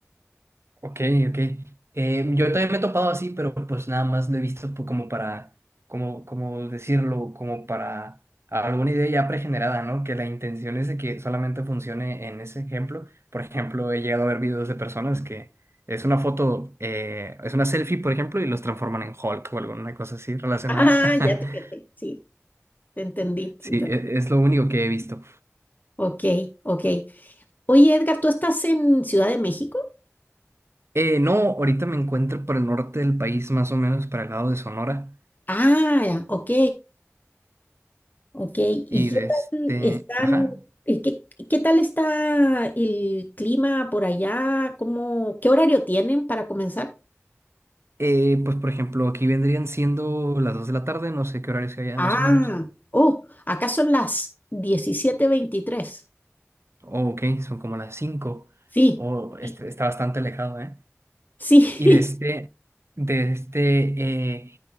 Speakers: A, on the right; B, on the left.
A: Ok, ok. Eh, yo también me he topado así, pero pues nada más lo he visto pu- como para, como, como decirlo, como para alguna idea ya pregenerada, ¿no? Que la intención es de que solamente funcione en ese ejemplo. Por ejemplo, he llegado a ver videos de personas que es una foto, eh, es una selfie, por ejemplo, y los transforman en Hulk o alguna cosa así relacionada.
B: Ah,
A: <laughs>
B: ya te caché, sí, te entendí, te
A: Sí,
B: entendí.
A: e- es lo único que he visto.
B: Ok, ok. Oye, Edgar, ¿tú estás en Ciudad de México?
A: Eh, no, ahorita me encuentro por el norte del país, más o menos para el lado de Sonora.
B: Ah, ya, ok, ok. ¿Y
A: Y
B: qué
A: de
B: tal
A: este,
B: están,
A: ajá.
B: eh, qué, qué tal está el clima por allá? ¿Cómo, qué horario tienen para comenzar?
A: Eh, pues por ejemplo, aquí vendrían siendo las 2 de la tarde, no sé qué horario sea allá
B: Ah,
A: más o menos.
B: oh, acá son las 17:23.
A: Oh, ok, son como las cinco
B: Sí,
A: O este,
B: sí,
A: está bastante alejado, ¿eh?
B: sí,
A: Y de este,
B: <laughs>
A: de este, eh,